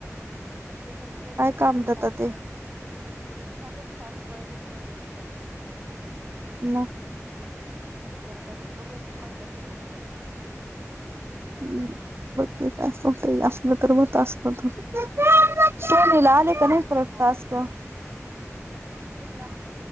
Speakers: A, on the right; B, on the right.
A: ते सबसेम हेंच्यासारखं
B: काम देता
A: टास्क
B: ते
A: वाईज असंच टास्क वाईजच पेमेंट आहे त्यांचं पण.
B: न.
A: ते जरा त्यांचं बघूयात की कॉन्टॅक्ट होतय का कसं काय.
B: हम्म बग की काय अस होतय असलं तर मग टास्क <unintelligible> शिवानीला
A: झालं तर
B: आले
A: बरं
B: का नाहीत
A: होईल
B: परत
A: मग
B: टास्क.
A: कुठला